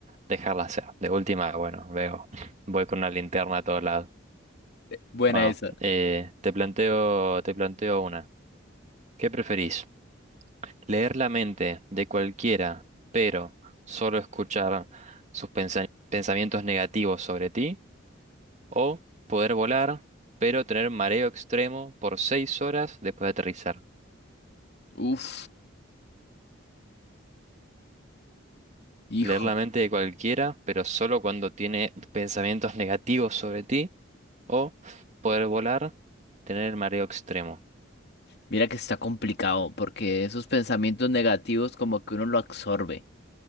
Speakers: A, on the right; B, on the left.
A: dejarla hacer. De última, bueno, veo, <laughs> voy con una linterna a todos lados.
B: Buena
A: Bueno,
B: esa.
A: eh, te planteo, te planteo una. ¿Qué preferís? Leer la mente de cualquiera, pero solo escuchar sus pensa- pensamientos negativos sobre ti. O poder volar, pero tener mareo extremo por seis horas después de aterrizar.
B: Uf, hijo,
A: Leer la mente de cualquiera, pero solo cuando tiene pensamientos negativos sobre ti. O poder volar, tener mareo extremo.
B: mira que está complicado porque esos pensamientos negativos como que uno lo absorbe.